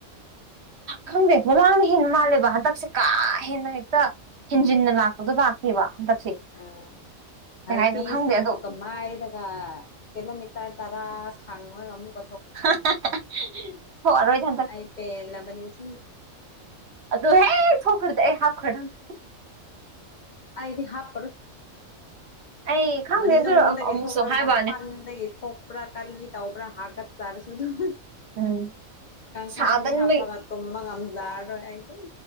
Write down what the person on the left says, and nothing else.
ꯎꯝ
ꯍꯔꯄꯤꯁ
ꯇ
ꯃꯨ ꯀꯃꯥꯏ ꯅ ꯀꯂꯣꯃꯤꯇꯔ ꯇꯔꯥꯁ ꯁꯥꯡꯉꯣꯏ ꯉꯃꯛ
ꯑ ꯄꯦꯂꯕꯅꯤꯁꯤꯡ
ꯑꯏꯗꯤ ꯍꯥꯞꯄꯔ‌ꯣꯏ
ꯃꯅꯨꯡꯗꯒꯤꯗꯒꯤ
ꯊꯣꯛꯄ꯭ꯔ
ꯃꯄꯥꯟ ꯑꯗꯒꯤ ꯊꯣꯛꯄ꯭ꯔꯥ ꯀꯔꯤꯒꯤ ꯇꯧꯕ꯭ꯔꯥ ꯍꯥꯀꯠ ꯆꯥꯔꯁꯨ ꯑꯗꯨꯝ
ꯀꯥꯡꯈꯥꯟꯗꯤ
ꯍꯥꯞꯄꯒ ꯇꯨꯝꯃ ꯉꯖꯔꯔꯣꯏ ꯑꯩꯁꯦ